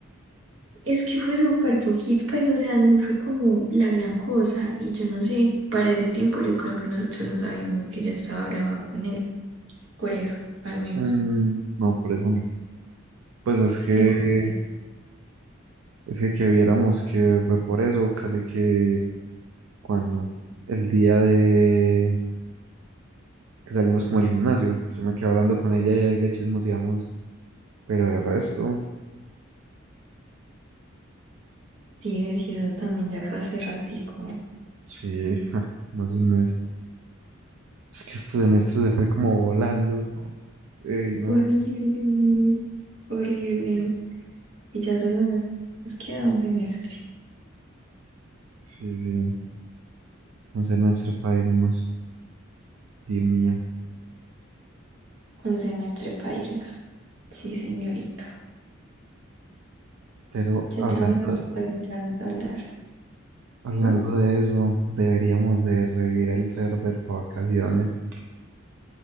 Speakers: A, on the right; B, on the right.
A: Es que fue súper poquito, pues, o sea, no fue como la gran cosa. Y yo no sé, para ese tiempo yo creo que nosotros no sabíamos que ella estaba brava con él, por eso, al menos.
B: Mm, no, por eso no. Pues es que,
A: Entonces,
B: es que que viéramos que fue por eso, casi que cuando el día de que salimos como del gimnasio, que yo me quedé hablando con ella y ahí le chismoseamos, pero el resto,
A: sí, ves, y eso también ya fue hace ratico.
B: sí, <laughs> más de un mes. Es que este semestre se fue como volando. Ey, no,
A: Horrible, horrible. Y ya solo nos nos queda un semestre,
B: sí, sí, un semestre para irnos, Dios mío.
A: un semestre para irnos. Sí, señorito.
B: Pero
A: Ya
B: hablando,
A: también nos toca sentarnos a hablar.
B: hablando
A: ¿m?
B: de eso, deberíamos de revivir el server para vacaciones.